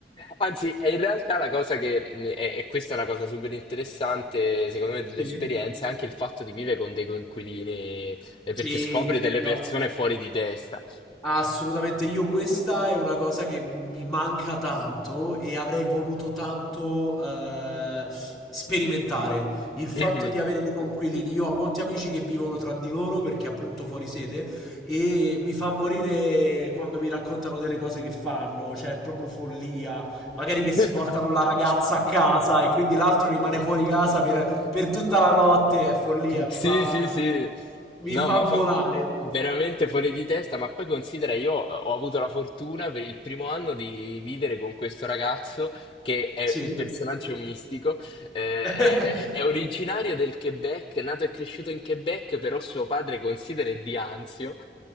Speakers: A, on the left (about 30°); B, in the centre.
A: Anzi, è in realtà la cosa che, mh, è- e questa è una cosa super interessante, secondo me, dell'esperienza,
B: Sì.
A: è anche il fatto di vivere con dei coinquilini, eh,
B: Sì,
A: perché scopri delle
B: no.
A: persone fuori di testa.
B: Assolutamente, io questa è una cosa che mi manca tanto e avrei voluto tanto eh, sperimentare. Il fatto
A: Mhm.
B: di avere dei conquilini, io ho molti amici che vivono tra di loro perché appunto fuori sede e mi fa morire quando mi raccontano delle cose che fanno, cioè è proprio follia. Magari che si
A: <laughs>
B: portano la ragazza a casa e quindi l'altro rimane
A: Mm,
B: fuori casa per, per tutta la notte, è follia, mi
A: Sì,
B: fa,
A: sì, sì.
B: mi
A: No,
B: fa
A: ma
B: volare.
A: fa- veramente fuori di testa. Ma poi considera, io ho avuto la fortuna per il primo anno di vivere con questo ragazzo che è
B: Sì.
A: un personaggio mistico. eh,
B: <laughs>
A: è, è- è originario del Quebec, è nato e cresciuto in Quebec, però suo padre considera è di Anzio.